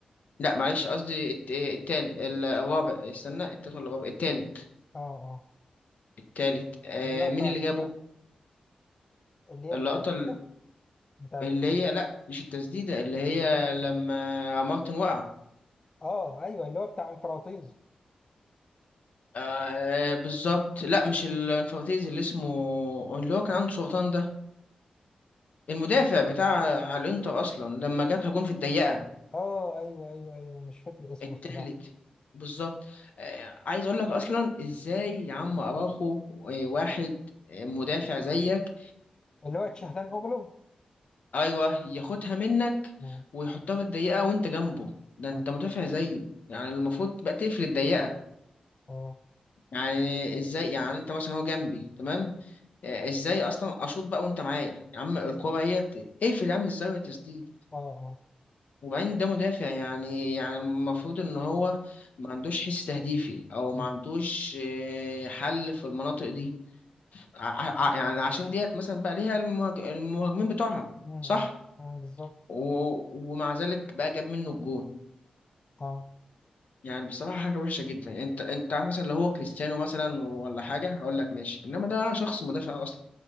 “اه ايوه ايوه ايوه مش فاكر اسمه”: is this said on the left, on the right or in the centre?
Left